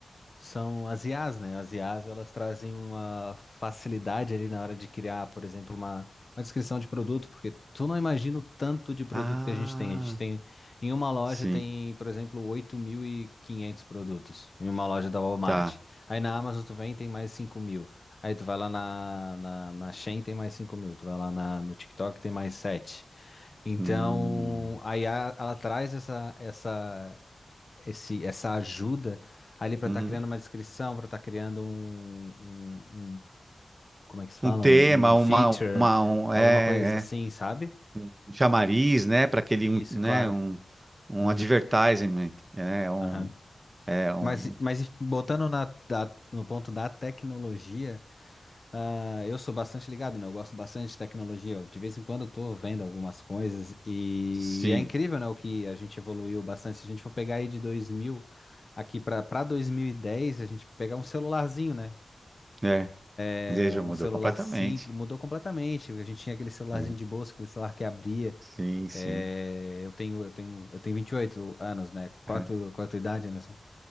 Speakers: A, on the left; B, on the right.
A: são as IAs, né? As IAs, elas trazem uma facilidade ali na hora de criar, por exemplo, uma, uma descrição de produto, porque tu não imagina o tanto de produto
B: Ah,
A: que a gente tem. A gente tem, em uma loja
B: sim,
A: tem, por exemplo, 8.500 produtos, em uma loja da Walmart.
B: tá.
A: Aí na Amazon tu vem e tem mais cinco mil. Aí tu vai lá na, na, na Shein tem mais cinco mil, tu vai lá na, no TikTok tem mais sete então,
B: Hum,
A: a IA, ela traz essa, essa, esse, essa ajuda ali para
B: uhum.
A: estar criando uma descrição, para estar criando um, um- um- como é que se fala?
B: Um tema,
A: Um, um feature,
B: uma, uma, um,
A: alguma
B: é,
A: coisa assim,
B: é.
A: sabe?
B: um chamariz, né, para aquele,
A: Isso,
B: um, né,
A: claro.
B: um, um
A: Uhum,
B: advertisement, né, um,
A: aham.
B: é um,
A: Mas, mas botando na, da- no ponto da tecnologia, Ah, eu sou bastante ligado, né? Eu gosto bastante de tecnologia. Eu, de vez em quando eu tô vendo algumas coisas e,
B: sim,
A: e é incrível, né? O que a gente evoluiu bastante. Se a gente for pegar aí de 2000 aqui para para 2010, a gente pegar um celularzinho, né?
B: é,
A: É
B: já
A: um
B: mudou
A: celular
B: completamente,
A: simples, mudou completamente. A gente tinha aquele celularzinho
B: é,
A: de bolsa, aquele celular que abria.
B: sim, sim.
A: É, eu tenho eu tenho eu tenho 28 anos, né? Qual
B: <laughs>
A: a tua, qual a tua idade, Emerson?